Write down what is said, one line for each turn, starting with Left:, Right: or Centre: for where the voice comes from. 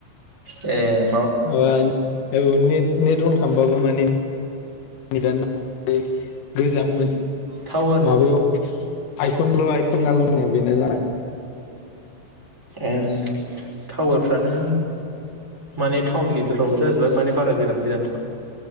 Centre: एह।
Left: माबा औ नेट नेट अन खालामाबाबो माने <unintelligible> बैयाव
Centre: टावार
Left: माबायाव आइफनल' आइफननाल' <unintelligible>
Centre: उम टावारफ्रानो माने टाउन गेजेरावबो जाजोबा माने बा <unintelligible>